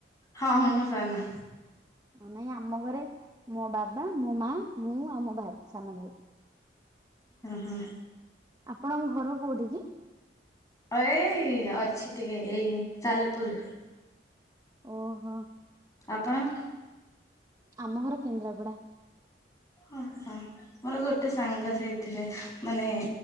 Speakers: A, on the left; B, on the right.
A: ହଁ ମୁଁ ସାନ।
B: ହଁ ନାଇଁ ଆମ ଘରେ ମୋ ବାବା ମୋ ମା ମୁଁ ଆଉ ମୋ ଭାଇ ସାନ ଭାଇ।
A: ଉଁ ହୁଁ।
B: ଆପଣଙ୍କ ଘର କୋଉଠି କି?
A: ଏଇ ଅଛି ଟିକେ ଏଇ ସାଲେପୁରରେ।
B: ଓହୋ
A: ଆପଣଙ୍କ।
B: ଆମ ଘର କେନ୍ଦ୍ରାପଡା।
A: ଓହୋ ମୋର ଗୋଟେ ସାଙ୍ଗ ସେଇଥିରେ। ମାନେ